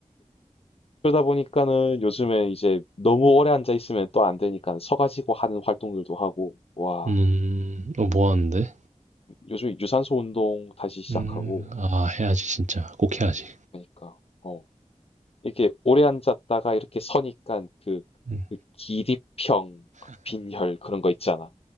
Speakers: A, on the left (about 50°); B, on the right (about 70°).
A: 그러다 보니까는 요즘에 이제 너무 오래 앉아 있으면 또 안 되니까 서가지고 하는 활동들도 하고, 와,
B: 음, 어, 뭐 하는데?
A: 요즘 유산소 운동 다시 시작하고,
B: 음, 아, 해야지, 진짜. 꼭 해야지.
A: 그러니까, 어, 이게 오래 앉았다가 이렇게 서니까 그,
B: 음,
A: 그 기립형, 빈혈 그런 거 있잖아.